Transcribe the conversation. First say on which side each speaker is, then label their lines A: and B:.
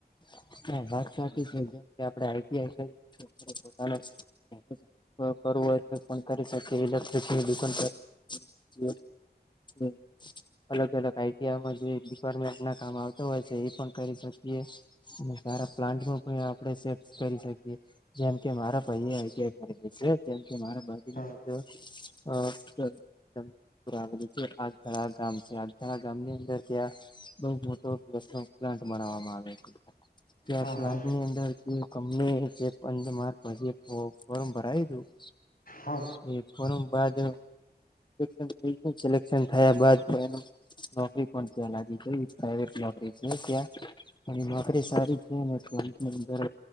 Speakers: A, on the left; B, on the left.
A: <unintelligible> <unintelligible>
B: હા
A: <unintelligible>
B: હા હા હા
A: સારી છેની અંદર